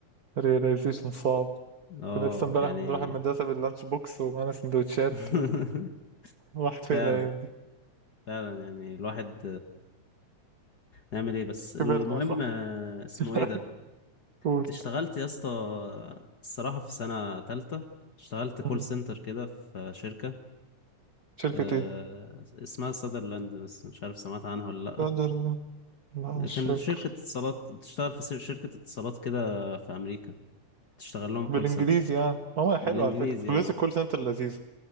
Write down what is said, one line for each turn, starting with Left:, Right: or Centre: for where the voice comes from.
Right: رياليزيشن صعب
Left: اه
Right: كنا لسه امبارح
Left: يعني
Right: بنروح المدرسة باللانش بوكس ومعانا سندوتشات
Left: <laughs>
Right: و- وراحت فين
Left: فعلا
Right: الأيام دي
Left: فعلا يعني الواحد نعمل ايه بس المهم
Right: كبرنا يا صاحبي
Left: آه، اسمه
Right: <laughs>
Left: ايه ده
Right: قول
Left: اشتغلت يا اسطى الصراحة في سنة تالتة اشتغلت كول
Right: مم.
Left: سنتر كده في شركة
Right: شركة
Left: آه،
Right: ايه؟
Left: اسمها سادرلاند بس مش عارف سمعت عنها ولا
Right: لا ده- لا،
Left: لأ
Right: مش
Left: كان
Right: فاكر
Left: شركة اتصالات بتشتغل في شركة اتصالات كده في أمريكا تشتغل لهم
Right: بالانجليزي
Left: كول سنتر
Right: يعني ماما حلوة
Left: بالإنجليزي
Right: على فكرة فلوس
Left: اه
Right: الكول سنتر لذيذة